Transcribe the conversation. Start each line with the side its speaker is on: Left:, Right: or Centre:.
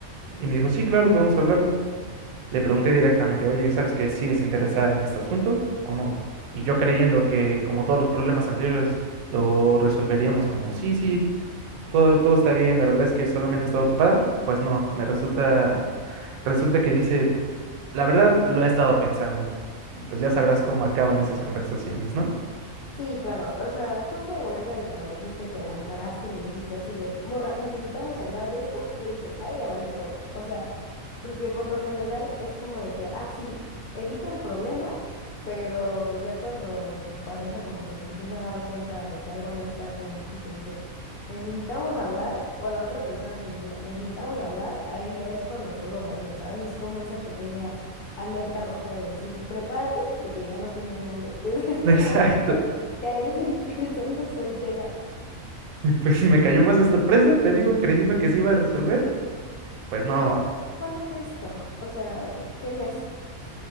Right: Y me dijo, sí, claro, podemos hablarlo. Le pregunté directamente, oye, ¿sabes qué? ¿Sigues interesada en este asunto o no? Y yo creyendo que, como todos los problemas anteriores, lo resolveríamos como, sí, sí, todo, todo está bien, la verdad es que solamente he estado ocupada. Pues no, me resulta, resulta que dice, la verdad lo he estado pensando. Y pues ya sabrás cómo acaban esas conversaciones, ¿no?
Left: Sí, claro, o sea, justo en el momento en el que me dijiste que la encaraste y le dijiste así de, morra, necesitamos hablar de esto, yo dije, ay, ya valió todo. O sea, Porque por lo general es como de que, ah, sí, evito el problema, pero ya cuando tu pareja como que se empieza a dar cuenta de que algo no está bien y te dice, necesitamos hablar, o la otra persona te dice, necesitamos hablar, ahí ya es cuando todo valió, ¿sabes? Es como esa pequeña alerta roja de decir, prepárate porque ya no tienes novio, <laughs> desde
Right: <laughs>
Left: este
Right: Exacto.
Left: momento ya eres una <laughs> persona soltera.
Right: Y pues me cayó más de sorpresa, te digo, creyendo que se iba a resolver. Pues no,
Left: Oye, pero ¿cuándo fue esto? O sea, ¿qué mes?